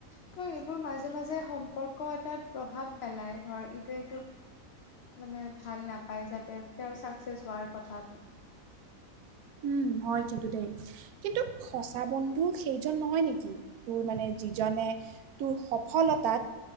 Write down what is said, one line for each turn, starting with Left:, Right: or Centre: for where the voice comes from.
Left: ত' এইবোৰ মাজে মাজে <unintelligible> সম্পৰ্ক এটাত প্ৰভাৱ পেলাই ধৰ ইটোৱে ইটোক মানে ভাল নাপায় যাতে তেওঁৰ ছাকচেছ হোৱাৰ কথাত।
Right: উম। হয় কিন্তু দেই, কিন্তু সঁচা বন্ধু সেইজন নহয় নেকি, তোৰ মানে যিজনে তোৰ সফলতাত